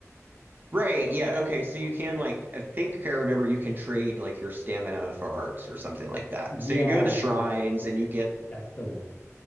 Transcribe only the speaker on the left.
I,
yeah,
yeah,
that's the one.